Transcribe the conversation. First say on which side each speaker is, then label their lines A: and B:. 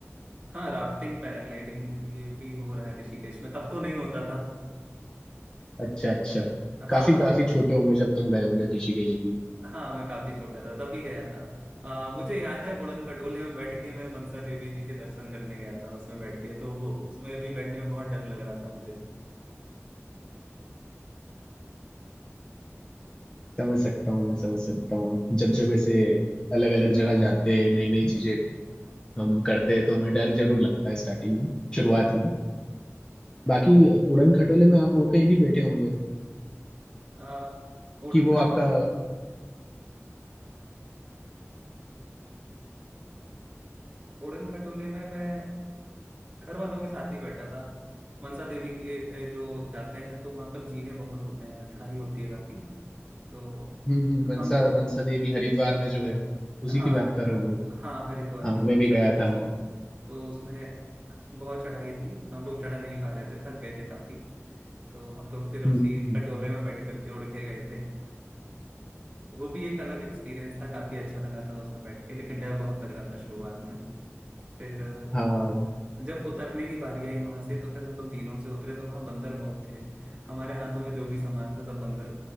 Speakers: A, on the right (about 25°); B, on the left (about 15°).
A: हाँ राफ्टिंग पैराग्लाइडिंग ये भी हो रहा है ऋषिकेश में तब तो नहीं होता था
B: अच्छा अच्छा
A: हाँ
B: काफी काफी छोटे होंगे जब तुम गए होंगे ऋषिकेश भी
A: हाँ मैं काफी छोटा था तब भी गया था अ, मुझे याद है उड़न खटोले में बैठ के मैं मनसा देवी जी के दर्शन करने गया था उसमें बैठ के तो वो उसमें भी बैठने में बहुत डर लग रहा था मुझे
B: समझ सकता हूँ मैं समझ सकता हूँ मैं। जब जब ऐसे अलग अलग जगह जाते हैं नई नई चीजें हम करते हैं तो हमें डर जरूर लगता है स्टार्टिंग में शुरुआत में बाकी उड़न खटोले में आप और कहीं भी बैठे होंगे
A: अ, उड़न
B: कि वो
A: खट
B: आपका
A: उड़न खटोले में मैं घर वालों के साथ ही बैठा था मनसा देवी के अ, जो जाते हैं तो वहां पर जीने बहुत होते हैं चढ़ाई होती है काफी तो
B: हम्म हम्म, मनसा
A: हम लोग
B: मनसा देवी हरिद्वार में जो है उसी
A: हाँ
B: की बात कर रहे होंगे तुम।
A: हाँ हरिद्वार
B: हाँ
A: में जो
B: मैं
A: मनसा
B: भी गया
A: देवी
B: था
A: जी
B: वहाँ
A: हैं तो उसमें बहुत चढ़ाई थी हम लोग चढ़ नहीं पा रहे थे थक गए थे काफी तो हम लोग फिर उसी
B: हम्म हम्म,
A: खटोले में बैठ करके उड़ के गए थे वो भी एक अलग एक्सपीरियंस था काफी अच्छा लगा था उसमें बैठ के लेकिन डर बहुत लग रहा था शुरुआत में फिर अ,
B: हाँ
A: जब उतरने की बारी आई वहां से तो फिर हम लोग झीलों से उतरे तो वहां बंदर बहुत थे हमारे हाथों में जो भी सामान था सब बंदर